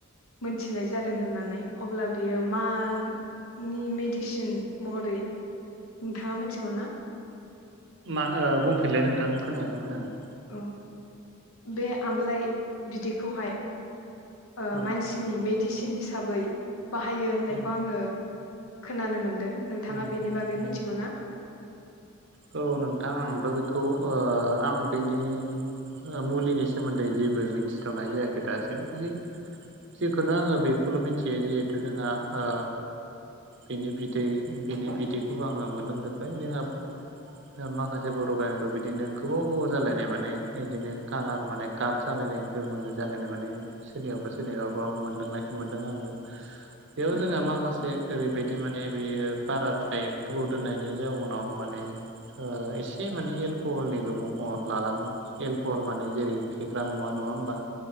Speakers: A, on the left; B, on the right.
A: मोनथिनाय जादों होननानै अब्ला बियो मानि मेडिसिन महरै नोंथाङा मोनथिगैना?
B: मा ओ बुंफिनलाय नोंथां खोनायासै मोजाङै
A: औ बे आमलाइ बिदैखौहाय ओ
B: औ
A: मानसिनि मेडिसिन हिसाबै बाहायो होननायखौ
B: उम
A: आङो खोनानो मोनदों नोंथाङा
B: खोनानो
A: बेनि
B: मोनदों
A: बागै मिथिगौ ना?
B: औ नोंथां आंथ' बेखौ ओ आं बेनि मुलिनि सोमोन्दै जेबो मिथिथ'नाय जायाखै दासिम जि जिखुनो आङो बेखौल' मिथियो जिहेथु जोंहा ओ बिनि बिदै बिनि बिदैखौ आङो मोनलोंफेरबाय जोंहा माखासे बर' गामिफ्राव बिदिनो गोबाव गोबाव जालायनाय माने बिदिनो कालार माने गाब जालायनाय गोमो जालायनाय माने सोरनियावबा सोरनियावबाबा मोनलोंनायखौ मोन्दों आङो बेयाव
A: औ
B: जोंहा माखासे ओरैबायदि माने बियो बाराद्राय गोबाव दोननायनि जाउनाव माने ओ एसे माने एलक'हलनिबो महर लालाङोब एलक'हल माने जेरै फेग्रा मुवा नङा होमबा